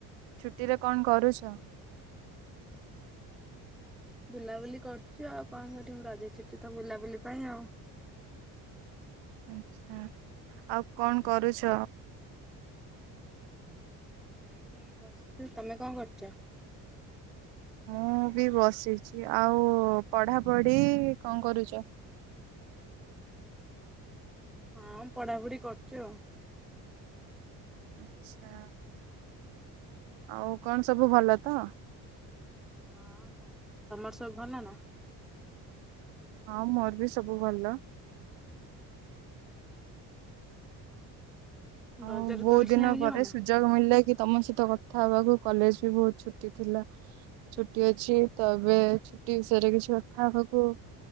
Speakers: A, on the right; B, in the centre.
A: ଛୁଟିରେ କଣ କରୁଚ?
B: ବୁଲାବୁଲି କରୁଚୁ ଆଉ କଣ କରିବୁ ରଜ ଛୁଟି ତ ବୁଲାବୁଲି ପାଇଁ ଆଉ।
A: ଆଚ୍ଛା, ଆଉ କଣ କରୁଚ?
B: ନାଇଁ ଏଇ ବସିଚୁ, ତମେ କଣ କରୁଚ?
A: ମୁଁ ବି ବସିଚି, ଆଉ ପଢାପଢି କଣ କରୁଚ?
B: ହଁ ପଢାପଢି କରୁଚି ଆଉ।
A: ଆଚ୍ଛା। ଆଉ କଣ ସବୁ ଭଲ ତ?
B: ହଁ <unintelligible> ଭଲ, ତମର ସବୁ ଭଲ ନା?
A: ହଁ ମୋର ବି ସବୁ ଭଲ।
B: ରଜରେ
A: ଆଉ ବହୁତ୍
B: ଦୋଳି ଖେଳିବାକୁ
A: ଦିନ ପରେ
B: ଯିବ ନା?
A: ସୁ ଯୋଗ ମଳିଲା କି ତମ ସହିତ କଥା ହେବାକୁ କଲେଜ୍ ବି ବହୁତ୍ ଛୁଟି ଥିଲା। ଛୁଟି ଅଛି, ତ ଏବେ ଛୁଟି ବିଷୟରେ କିଛି କଥା ହବାକୁ